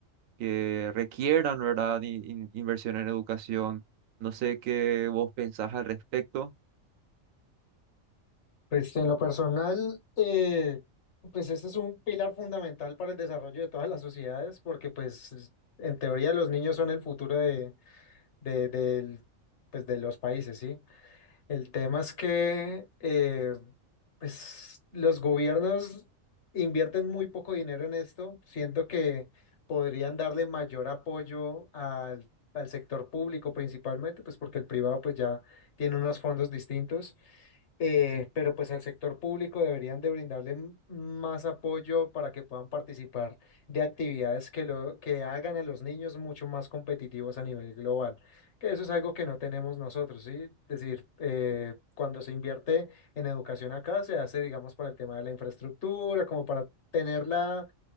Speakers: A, on the right; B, on the left.
A: que requieran, ¿verdad? in- in- inversión en educación. No sé qué vos pensás al respecto.
B: Pues en lo personal, eh, pues este es un pilar fundamental para el desarrollo de todas las sociedades, porque pues en teoría los niños son el futuro de, de, del- pues, de los países, ¿sí? El tema es que eh, pues los gobiernos invierten muy poco dinero en esto, siento que podrían darle mayor apoyo al, al sector público principalmente, pues porque el privado pues ya tiene unos fondos distintos eh, pero pues al sector público deberían de brindarle m- más apoyo para que puedan participar de actividades que, lo, que hagan a los niños mucho más competitivos a nivel global, que eso es algo que no tenemos nosotros, ¿sí? Es decir, eh, cuando se invierte en educación acá, se hace, digamos, para el tema de la infraestructura, como para tenerla